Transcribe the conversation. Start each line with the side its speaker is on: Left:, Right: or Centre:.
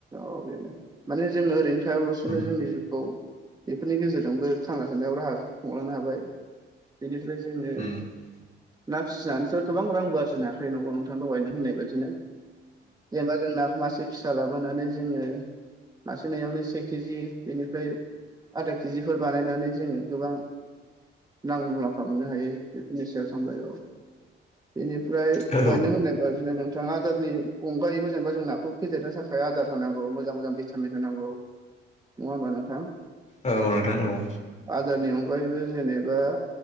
Right: औ बेनो माने जोङो ओरैनो हायालासेनो
Left: उम
Right: जोंनि जिउखौ बेफोरनि गेजेरजोंबो थांना थानायाव राहा खुंलांनो हाबाय बेनिफ्राय जोङो
Left: उम
Right: ना फिसिनानैस' गोबां रांबो आरजिनो हायाखायो नंगौ नोंथां दगायनो होननाय बादिनो जेनेबा जों नाखौ मासे फिसा लाबोनानै जोङो मासे नायावनो से केजि बेनिफ्राय आधा केजिफोर बानायनानै जोङो गोबां नां मुलाम्फा मोननो हायो बेफोरनि सायाव सानबाय औ बेनि फ्राय
Left: औ
Right: दहाय नों होननाय बादिनो नों <unintelligible> आदारनि अनगायैबो जेनेबा जों नाखौ फेदेरनो थाखाय आदार होनांगौ मोजां मोजां भिटामिन होनांगौ नङा होमबा नोंथां
Left: औ नोंथां औ
Right: आदारनि अनगायैबो जेनेबा